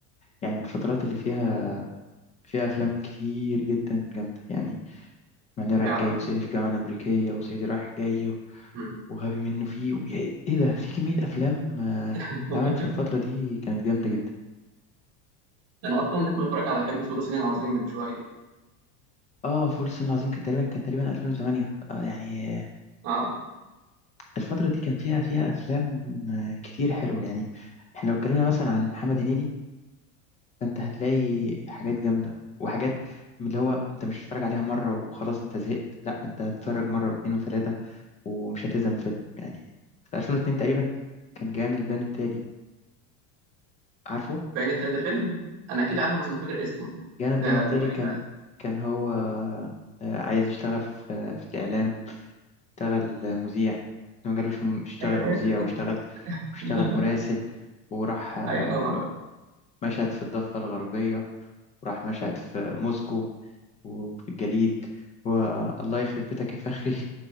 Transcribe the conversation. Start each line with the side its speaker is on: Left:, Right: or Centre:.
Left: يعني من الفترات اللي فيها فيها أفلام كتير جدا جامدة يعني معلي رايح
Right: فعلا
Left: جاي وصعيدي في الجامعة الأمريكية وصعيدي رايح جاي و-
Right: امم
Left: وغبي منه فيه و... إيه إيه ده في كمية أفلام آه،
Right: <laughs>
Left: اتعملت في الفترة دي كانت جامدة جدا
Right: انا اصلا لسه متفرج على فيلم فول الصين العظيم من شويه
Left: اه فول الصين العظيم كان تقريبا كان تقريبا 2008 آه يعني آه،
Right: اه
Left: الفترة دي كان فيها فيها أفلام آه، كتير حلوة يعني احنا لو اتكلمنا مثلا عن محمد هنيدي فانت هتلاقي حاجات جامده وحاجات من اللي هو انت مش هتتفرج عليها مره وخلاص انت زهقت لا انت هتتفرج مره واثنين وثلاثه ومش هتزهق من الفيلم يعني في 2002 تقريبا كان جانا البيان التالي عارفه
Right: باين التلاتة فيلم انا اكيد عارفه بس مش فاكر اسمه
Left: جانا البيان
Right: ده
Left: التالي
Right: جواه ايه
Left: كان
Right: بقى ده؟
Left: كان هو آه، عايز يشتغل في في الاعلام اشتغل مذيع ما جالوش م- اشتغل
Right: ايوه ايوه
Left: مذيع
Right: افتكرته
Left: واشتغل واشتغل
Right: <laughs>
Left: مراسل وراح آه،
Right: ايوه طبعا
Left: مشهد في الضفه الغربيه وراح مشهد في موسكو وفي الجليد والله يخرب بيتك يا فخري